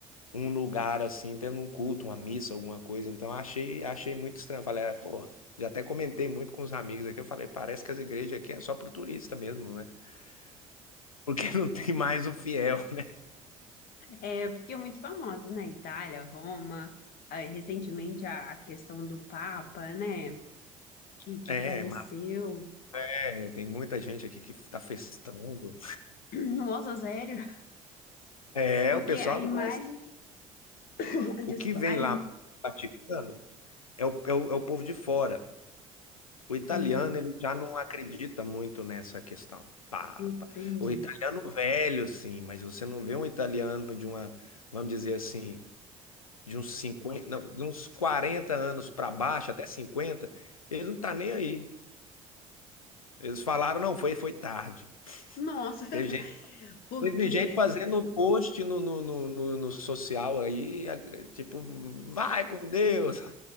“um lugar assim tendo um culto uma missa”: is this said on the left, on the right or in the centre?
Left